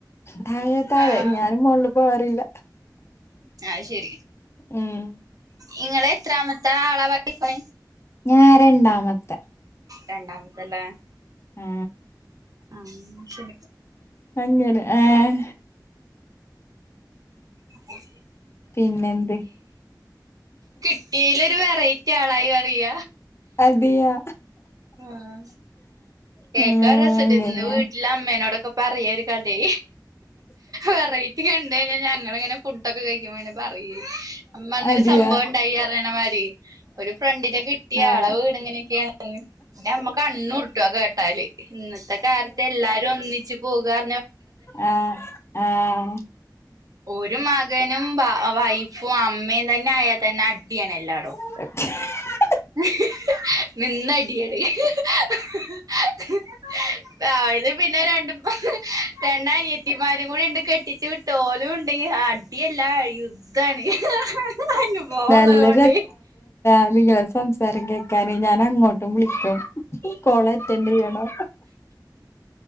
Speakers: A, on the left; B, on the right.
A: തായേ തായേ
B: ആഹ്
A: ഞാനും മോുകളിൽ പോവാറല്ല
B: ആഹ ശരി
A: ഉം
B: നിങ്ങള്െ എത്രാമത്തെ ആള വടിണ
A: ഞാ രണ്ടാമത്തെ
B: രണ്ടാമത്തല്ലേ
A: ആ
B: ആ ശ
A: അങ്ങ ആഏ
B: അത് ശരി
A: പിന്നെന്ത്
B: കിട്ടിയലൊ ഒരു വെറൈറ്റി ആളായി അറിയ
A: അതിയാ
B: ആഹ കേക്കാൻ
A: ആ
B: രസട്ടന്ന്
A: അങ്ങനെയാ
B: വീട്ടില അമ്മേനോടൊക്കെ പറയാരിക്കല്ലെ പറ ണ്ട് കഞങ്ങ പിെ ഫുഡൊക്കെ കഴിക്കുമ്പോ അെ പറയി അമ്മ അന്നൊരു
A: അതിയാ
B: സംഭവം ഉണ്ടായി അറനമാര് ഒരു ഫ്രണ്ടിിന കിട്ടിയ
A: ആ
B: ആളെ വീട് ഇങ്ങനെയൊക്കെയാണ എന്നമ്മ കണ്ണുർട്ടു കേട്ടാല് ഇന്നത്തെ കാലത്ത് എല്ലാരും ഒന്നിച്ച് പോകാ-
A: ആഹ് ആഹ്
B: ഒരു മകനും വൈഫും അമ്മയും തന്നെ ആയാൽ തന്നെ അടിയാണ്
A: <inaudible>
B: എല്ലാടോം <unintelligible> നിന്നടിയാണ് <unintelligible> പിന്നെ രണ്ടും <unintelligible> രണ്ട് അനിയത്തിമാരും കൂടി ഉണ്ട് കെട്ടിച്ചു വിട്ടോലും ഉണ്ട് <unintelligible> അടിയല്ല യുദ്ധാണ് അങ്ങ് പോവുള്ളതുണ്ട്.
A: നല്ല <inaudible> സാരം കേക്കാനെ ഞാൻ അങ്ങോട്ടും വിളിക്കും കോള അറ്റൻഡ ചെയ്യണം-